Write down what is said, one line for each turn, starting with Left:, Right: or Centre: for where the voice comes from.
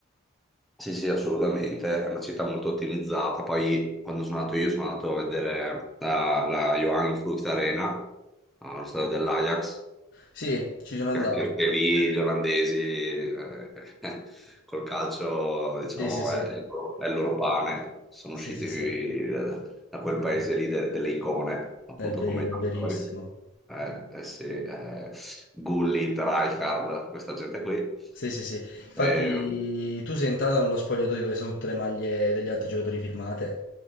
Centre: sì, sì, assolutamente, è una città molto ottimizzata. Poi quando sono andato io sono andato a vedere la, la Johan Cruyff Arena, eh, allo stadio dell'Ajax,
Left: Sì, ci sono
Centre: che
Left: andato.
Centre: anche che lì gli olandesi eh, <laughs> col calcio, diciamo,
Left: Sì, sì, sì.
Centre: è, è il loro è il loro pane. Sono
Left: Sì,
Centre: usciti
Left: sì, sì.
Centre: qui da, da quel paese
Left: È,
Centre: lì de- delle icone, appunto
Left: è vero,
Centre: come Johan
Left: è verissimo.
Centre: Cruyff. Eh, eh sì, eh, Gullit, Rijkaard, questa gente qui.
Left: Sì, sì, sì. Infatti,
Centre: Ehm,
Left: tu sei entrato nello spogliatoio dove sono tutte le maglie degli altri giocatori firmate.